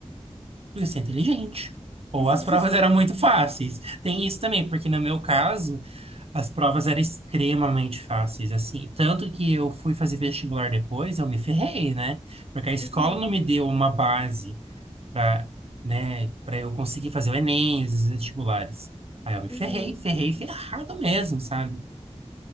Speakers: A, on the right; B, on the left.
A: Porque você é inteligente. Ou
B: <laughs>
A: as provas eram muito fáceis. Tem isso também, porque no meu caso, as provas eram extremamente fáceis, assim. Tanto que eu fui fazer vestibular depois, eu me ferrei, né? Porque a escola
B: Uhum,
A: não me deu uma base para, né, para eu conseguir fazer o Enem, os vestibulares. Aí eu me ferrei,
B: uhum.
A: ferrei, ferrado mesmo, sabe?